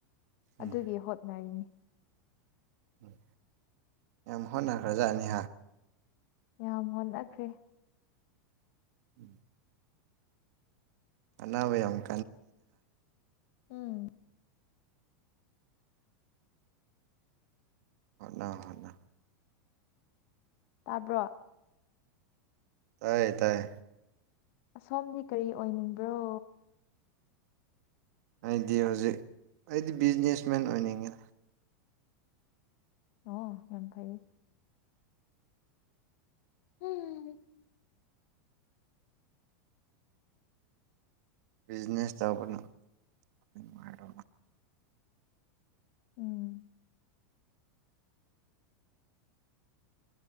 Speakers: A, on the right; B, on the left.
A: ꯎꯝ
B: ꯑꯗꯨꯗꯤ ꯍꯣꯠꯅꯔꯤꯅꯤ
A: ꯎꯝ ꯌꯥꯝ ꯍꯣꯠꯅꯈ꯭ꯔꯖꯥꯠꯅꯤ
B: ꯌꯥꯝ ꯍꯣꯠꯅꯈ꯭ꯔꯦ
A: ꯎꯝ ꯑꯅꯥꯕꯌꯝ
B: ꯎꯝ
A: ꯍꯣꯠꯅꯧ ꯍꯣꯠꯅꯧ
B: ꯇꯥꯕ꯭ꯔꯣ
A: ꯇꯥꯏꯌꯦ ꯇꯥꯏꯌꯦ
B: ꯑꯁꯣꯝꯗꯤ ꯀꯔꯤ ꯑꯣꯏꯅꯤꯡꯕ꯭ꯔꯣ
A: ꯑꯩꯗꯤ ꯍꯧꯖꯤꯛ ꯑꯩꯗꯤ ꯕꯤꯖꯤꯅꯦꯁꯃꯦꯟ ꯑꯣꯏꯅꯤꯡꯉꯦ
B: ꯑꯣ ꯌꯝ ꯐꯩꯌꯦ ꯍꯨꯝ
A: ꯕꯤꯖꯤꯅꯦꯁ ꯇꯧꯕꯅ ꯅꯨꯡꯉꯥꯏꯔ
B: ꯎꯝ